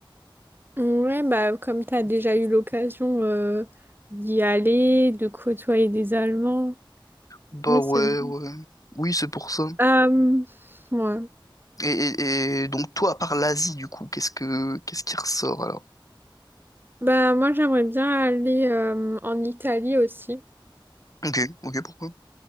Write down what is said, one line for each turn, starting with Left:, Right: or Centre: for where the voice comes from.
Right: Ouais, bah comme t'as déjà eu l'occasion euh, d'y aller, de côtoyer des Allemands.
Left: Bah
Right: Ouais,
Left: ouais,
Right: c'est vrai.
Left: ouais. Oui, c'est pour ça.
Right: Euh, ouais.
Left: Et, et- et donc, toi, à part l'Asie, du coup, qu'est-ce que qu'est-ce qui ressort alors?
Right: Bah moi j'aimerais bien aller euh, en Italie aussi.
Left: Ok, ok, pourquoi?